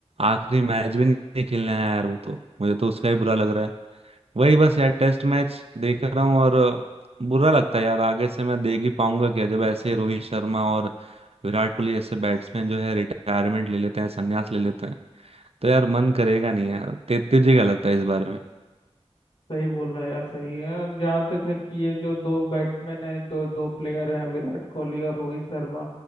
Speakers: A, on the right (about 60°); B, on the left (about 55°).
A: आखिरी मैच भी नहीं खेलने आया यार वो तो मुझे तो उसका ही बुरा लग रहा है वही बस यार टेस्ट मैच देख रहा हूँ और बुरा लगता है यार आगे से मैं देख ही पाऊंगा क्या जब ऐसे रोहित शर्मा और विराट कोहली जैसे बैट्समैन जो है रिटायरमेंट ले लेते हैं संन्यास ले लेते हैं तो यार मन करेगा नहीं यार ते- तुझे क्या लगता है इस बारे में
B: सही बोल रहा है यार सही है अब जहाँ तक है कि ये जो दो बैट्समैन है दो दो प्लेयर हैं विराट कोहली और रोहित शर्मा